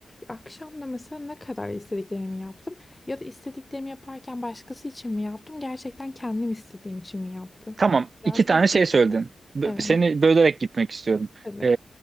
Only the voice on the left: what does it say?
Akşam da mesela ne kadar istediklerimi yaptım ya da istediklerimi yaparken başkası için mi yaptım, gerçekten kendim istediğim için mi yaptım?
Biraz
bu şekilde.
Evet,
tabii.